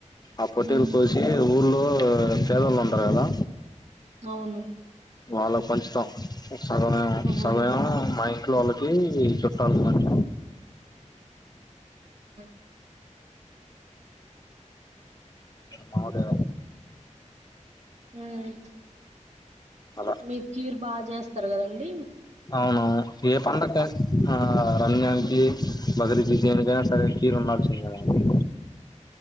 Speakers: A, on the left; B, on the right.
A: ఆ పొటేలు
B: ఉమ్
A: కోసి ఊర్లో లో పేదలు ఉంటార్ కదా
B: అవును
A: వాళ్ళక్ పంచుతాం సగం
B: ఉహు
A: సగమేమో మ ఇం ట్లో వాళ్ళకి చుట్టాలు గాని
B: అ
A: మాడె
B: మ్
A: అలా
B: మీర్ ఖీర్ బాగ చేస్తారు కదా అండి
A: అవును ఏ పండక్కయిన ఆ రంజానికి ఒక్రీద్ కి దేనికైనా సరైన కీరు ఉండాల్సిందె కదండి